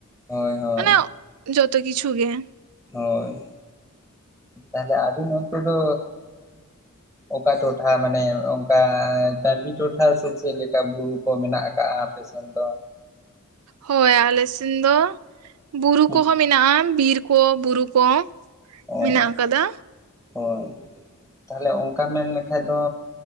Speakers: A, in the centre; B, on the right.
A: ᱦᱳᱭ ᱦᱳᱭ
B: ᱢᱟᱱᱮ ᱡᱚᱛᱚ ᱠᱤᱪᱷᱩ ᱜᱮ
A: ᱦᱳᱭ ᱛᱟᱦᱞᱮ ᱟᱹᱵᱤᱱ ᱚᱱᱛᱮ ᱫᱚ ᱚᱠᱟ ᱴᱚᱴᱷᱟ ᱢᱟᱱᱮ ᱚᱱᱠᱟ ᱴᱟᱺᱰᱤ ᱴᱚᱴᱷᱟ ᱥᱮ ᱪᱮᱫ ᱞᱮᱠᱟ ᱵᱩᱨᱩ ᱠᱚ ᱢᱮᱱᱟᱜ ᱟᱠᱟᱟᱜ-ᱟ? ᱮ <inaudible> ᱥ ᱫᱚ
B: ᱦᱳᱭ ᱟᱞᱮ ᱥᱮᱱ ᱫᱚ ᱵᱩᱨᱩ
A: ᱦᱩᱸ
B: ᱠᱚᱦᱚᱸ ᱢᱮᱱᱟᱜᱼᱟ ᱵᱤᱨ ᱠᱚ ᱵᱩᱨᱩ ᱠᱚ!
A: ᱚ
B: ᱢᱮᱱᱟᱜ ᱟᱠᱟᱫᱟ
A: ᱦᱳᱭ ᱛᱟᱦᱞᱮ ᱚᱱᱠᱟ ᱢᱮᱱᱞᱮᱠᱷᱟᱡ ᱫᱚ